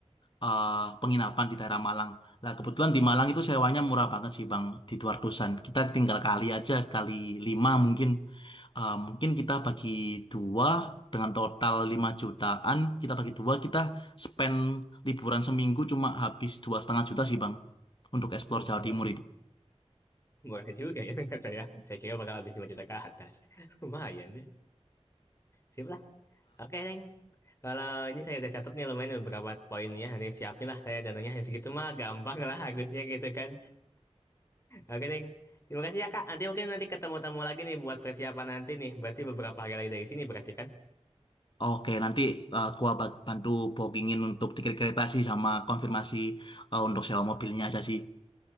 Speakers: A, on the left (about 45°); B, on the left (about 25°).
A: eh, penginapan di daerah Malang. Nah, kebetulan di Malang itu sewanya murah banget sih, Bang, di dua ratusan Kita tinggal kali aja kali 5 mungkin Eh, mungkin kita bagi dua dengan total 5 jutaan, kita bagi dua kita spend liburan seminggu cuma habis dua setengah juta sih, Bang, untuk explore
B: Dua setengah
A: Jawa Timur
B: juta.
A: itu.
B: Murah juga ya ternyata ya. Saya kira bakal habis 5 juta ke atas. <laughs> Lumayan deh. Sip lah. Oke, Neng. Kalau ini saya udah catat nih lumayan beberapa poinnya. Nanti siapin lah saya dananya. Ya, Segitu mah gampang lah harusnya gitu kan. Oke, Neng. Terima kasih ya, Kak. Nanti mungkin nanti ketemu-temu lagi nih buat persiapan nanti nih. Berarti beberapa hari lagi dari sini berarti kan?
A: Oke, nanti eh, gua ba- bantu bookingin untuk tiket kereta sih sama konfirmasi eh, untuk sewa mobilnya aja sih.